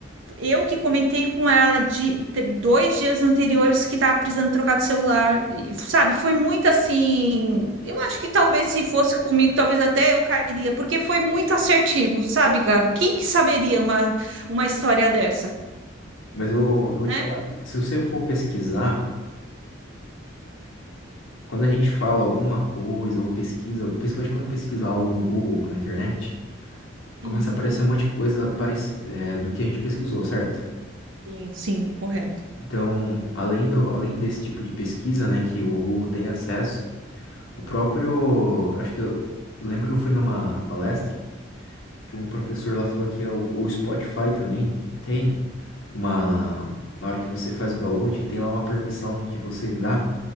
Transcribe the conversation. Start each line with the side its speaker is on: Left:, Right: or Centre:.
Right: eu que comentei com ela de de dois dias anteriores que estava precisando trocar de celular, E, sabe? Foi muito assim. Eu acho que talvez se fosse comigo, talvez até eu cairia, porque foi muito assertivo, sabe, Gabi? Quem que saberia uma, uma história dessa,
Left: Mas eu, eu vou
Right: né?
Left: te falar que se você for pesquisar, Quando a gente fala alguma coisa ou pesquisa, principalmente quando pesquisa algo no Google, na internet, começa
Right: Uhum.
Left: a aparecer um monte de coisa parec- é, do que a gente pesquisou, certo?
Right: Sim, sim, correto.
Left: Então, além do, além desse tipo de pesquisa, né, que o Google tem acesso, o próprio, acho que eu lembro que eu fui numa palestra que um professor lá falou que é o, o Spotify também tem uma, na hora que você faz o download, tem lá uma permissão que você dá